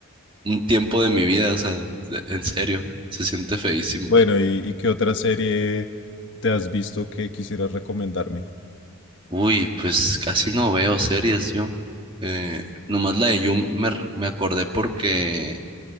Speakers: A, on the right; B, on the left.
A: un tiempo de mi vida, o sea, en serio, se siente feísimo.
B: Bueno, ¿y, y qué otra serie te has visto que quisieras recomendarme?
A: Uy, pues casi no veo series yo. Eh, nomás la de You me, r- me acordé porque,